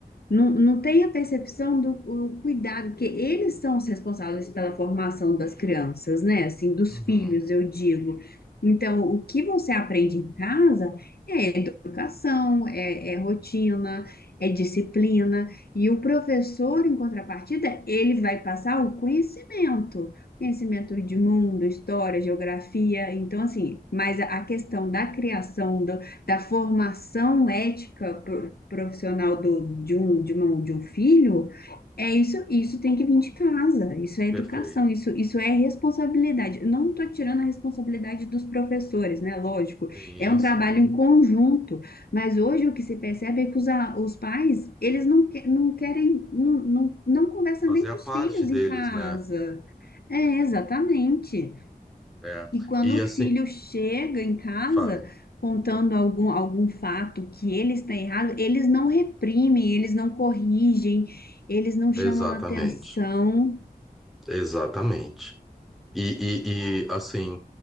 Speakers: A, on the left; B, in the centre.
A: não, não tem a percepção do o cuidado, porque eles são os responsáveis pela formação das crianças, né? Assim, dos
B: Uhum,
A: filhos, eu digo. Então, o que você aprende em casa é educação, é, é rotina, é disciplina. E o professor, em contrapartida, ele vai passar o conhecimento, conhecimento de mundo, história, geografia. Então, assim, mas a a questão da criação, do, da formação ética profissional do, de um, de uma, de um filho, é isso, isso tem que vir de casa, isso é
B: perfeito.
A: educação, isso, isso é responsabilidade. Eu não estou tirando a responsabilidade dos professores, né? Lógico,
B: Sim,
A: é um trabalho
B: sim.
A: em conjunto, mas hoje o que se percebe é que os, a- os pais, eles não, que- não querem, não, não, não conversam
B: Fazer
A: nem
B: a
A: com
B: parte
A: os filhos
B: deles,
A: em casa.
B: né?
A: É, exatamente.
B: É.
A: E quando
B: E
A: o
B: assim,
A: filho chega em casa
B: fale.
A: contando algum, algum fato que ele está errado, eles não reprimem, eles não corrigem, eles não chamam
B: Exatamente.
A: atenção.
B: Exatamente. E, e, e, assim,